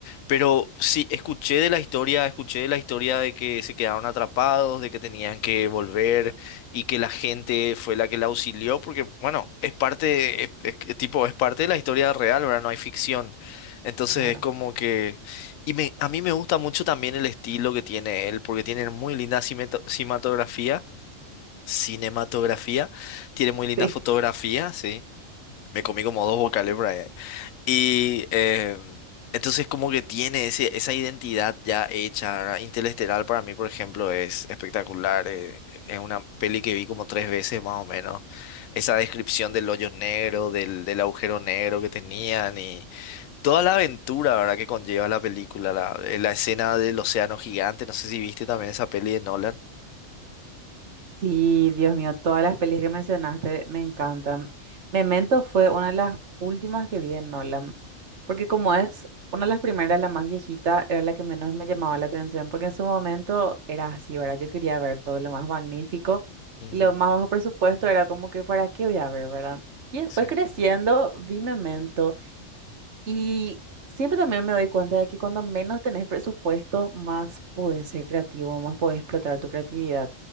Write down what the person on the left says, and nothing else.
pero sí, escuché de la historia, escuché de la historia de que se quedaron atrapados, de que tenían que volver y que la gente fue la que la auxilió, porque bueno, es parte, es- es que, tipo, es parte de la historia real, ahora no hay ficción. Entonces
es como que... Y me, a mí me gusta mucho también el estilo que tiene él, porque tiene muy linda cinematografía cinematografía. Tiene muy linda
fotografía, sí. Me comí como dos vocales por ahí. Y em, entonces como que tiene ese, esa identidad ya hecha. ¿verdad? Interestelar para mí, por ejemplo, es espectacular. eh, es una peli que vi como tres veces más o menos. Esa descripción del hoyo negro, del, del agujero negro que tenían y toda la aventura, ¿verdad? que conlleva la película. La, eh, la escena del océano gigante. No sé si viste también esa peli de Nolan.
Ujú,
Sí.